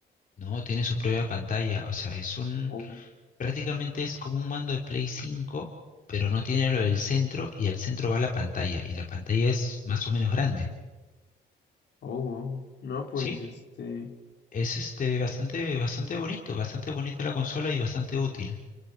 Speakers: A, on the left (about 40°); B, on the left (about 60°).
A: No, tiene su propia pantalla, o sea, es un,
B: Oh,
A: Prácticamente es como un mando de Play 5, pero no tiene lo del centro y al centro va la pantalla y la pantalla es más o menos grande.
B: oh, wow. No, pues
A: Sí,
B: este,
A: es este bastante bastante bonito, bastante bonita la consola y bastante útil